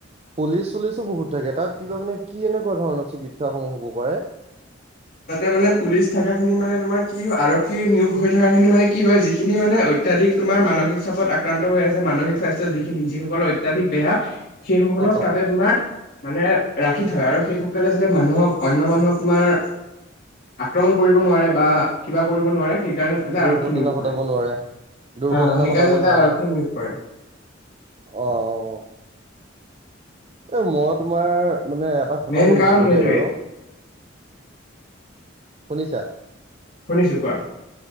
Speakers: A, on the right (about 30°); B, on the left (about 50°).
A: পুলিছ-চোলিছ বহুত থাকে। তাত কিবা মানে কি এনেকুৱা ধৰণৰ চিকিৎসাসমূহ হ'ব পাৰে?
B: তাতে মানে পুলিছ থকা খিনি মানে তোমাৰ কি আৰক্ষী নিয়োগ হৈ থকা খিনি মানে কি হয় যিখিনি মানে। অত্যাধিক তোমাৰ মানসিক চাপত আক্ৰান্ত হৈ আছে মানসিক স্বাস্থ্য যিখিনি যিসকলৰ অত্যাধিক বেয়া। সেইসকলৰ
A: অ',
B: তাত। যে তোমাৰ মানে ৰাখি থয় আৰু সেইসকলে যা মানুহক অনয় মানুহক তোমাৰ। আক্ৰমণ কৰিব নোৱাৰে বা কিবা কৰিব নোৱাৰে সেইকাৰণে তাতে আৰক্ষী
A: দুৰ্ঘটনা
B: নিয়োগ
A: ঘটাব
B: কৰে।
A: নোৱাৰে দুৰ্ঘটনা
B: হা সেইকাৰণে
A: ঘটাব
B: যাতে
A: নোৱাৰে।
B: আৰক্ষীয়ে নিয়োগ কৰে।
A: অ', অ। এ মই তোমাৰ মানে এটা কথা
B: মেইন
A: শুনিছিলোঁ
B: কাৰণ সেইটোৱে
A: দেই বাৰু, শুনিছা?
B: শুনিছো কোৱা।